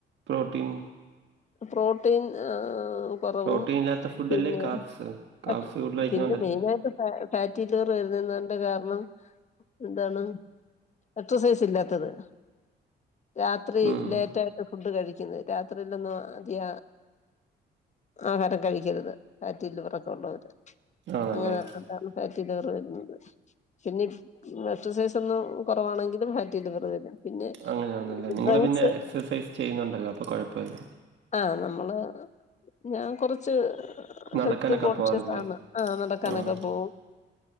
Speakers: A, on the right; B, on the left.
A: പ്രോട്ടീൻ
B: പ്രോട്ടീൻ ആ കൊറവും
A: പ്രോട്ടീൻ ഇല്ലാത്ത ഫുഡല്ലേ
B: പിന്നെ
A: കാപ്സ് കാപ്സ്
B: ആ
A: കൂടുതൽ കഴിക്കുന്നോണ്ടല്ലേ
B: മെയിനായിട്ട് ഫ്ലാറ്റിലിവ <unintelligible> ന്റെ കാരണം എന്താണ് എക്സസൈസ് ഇല്ലാത്തത് രാത്രി
A: ഉം
B: ലേറ്റായിട്ട് ഫുഡ് കഴിക്ക <unintelligible> രാത്രിയിലൊന്നും അധിക ആഹാരം കഴിക്കരുത് ഫ്ലാലിവററൊക്കെ ഉള്ളവര്
A: ആണല്ലേ
B: ആഹ് ആ <unintelligible> ലിവർ വരുന്നത് പിന്നെ എക്സസൈസ് ഒന്നും കുറവാണെങ്കും ഫാറ്റി ലിവർ വരും പിന്നെ
A: അങ്ങനെയാണല്ലേ നിങ്ങള്
B: ഡ്രങ്ക്സ്
A: പിന്നെ എക്സർസൈസ് ചെയ്യുന്നുണ്ടല്ലോ അപ്പൊ കൊഴപ്പല്ല
B: ആഹ നമ്മള് ഞാൻ കൊറച്ച് ആഹ്
A: നടക്കാനൊക്കെ
B: ഹെൽത്ത് കോൺഷ്യസ്
A: പോവാറില്ലേ
B: ആണ് ആ നടക്കാനൊക്കെ
A: ആഹ്
B: പോവും